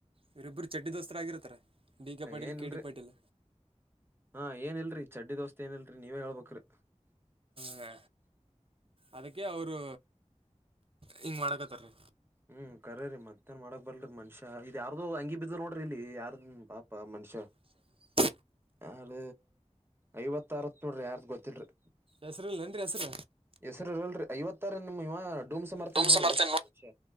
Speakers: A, on the right; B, on the right.
A: ಇವರಿಬ್ಬರು ಚಡ್ಡಿ ದೋಸ್ತರ ಆಗಿರತ್ತಾರ ಡಿ ಕೆ ಪಾಟೀಲ್
B: ಏನ್
A: ಕೆ
B: ಇಲ್ರಿ
A: ಡಿ ಪಾಟೀಲ್
B: ಹಾ ಏನ್ ಇಲ್ರರಿ ಚಡ್ಡಿ ದೋಸ್ತಿ ಏನಿಲ್ರರಿ ನೀವೇ ಹೇಳ್ಬೇಕ್ರಿ
A: ಹ ಅದಕ್ಕೆ ಅವರು ಹಿಂಗ ಮಾಡಕತ್ತಾರೀ.
B: ಹ್ಮ್ ಕರ ರೀ ಮತ್ತೇನ್ ಮಾಡಕ್ ಬರ್ಲ್ರಿ ಮನುಷ್ಯ ಇದ ಯಾರ್ದು ಅಂಗಿ ಬಿದ್ದು ನೋಡ್ರಿ ಇಲ್ಲಿ ಯಾರ್ದನ್ ಪಾಪ ಮನುಷ್ಯ
A: ಹ <unintelligible>
B: ಅದ ಐವತ್ತ ಅರವತ್ ನೋಡ್ರಿ ಯಾರ್ದ ಗೊತ್ತಿಲ್ರಿ.
A: ಹೆಸರಿಲ್ಲ ಏನ ರೀ ಹೆಸರ
B: ಹೆಸರು ಇರಲ ರೀ ಐವತ್ತಾರ ನಿಮ್ ಇವ ಡೂಮ್ ಸಮರ್ಥನ
A: ಧೂಮ್
B: ನೋಡ್ರಿ
A: ಸಮರ್ಥನೆ
B: ಮನುಷ್ಯ